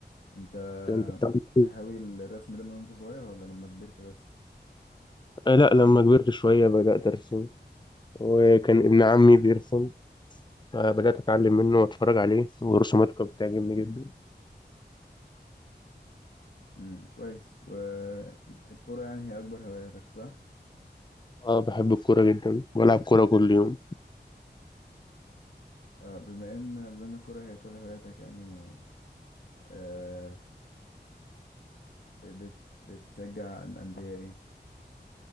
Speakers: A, on the left; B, on the left.
A: انت
B: أنت بتعرف ترسم؟
A: هاوي الرسم ده من وانت صغير ولا لما كبرت بس؟
B: آه، لا لما كبرت شوية بدأت أرسم وكان ابن عمي بيرسم فبدأت أتعلم منه وأتفرج عليه ورسوماته كانت بتعجبني جدا
A: امم كويس والكرة يعني هي اكبر هواياتك صح؟
B: اه بحب الكورة جدا بلعب كورة كل يوم
A: آه، بما ان بما ان الكورة هي كل هواياتك يعني آه ب- بت بتشجع عن- أندية ايه؟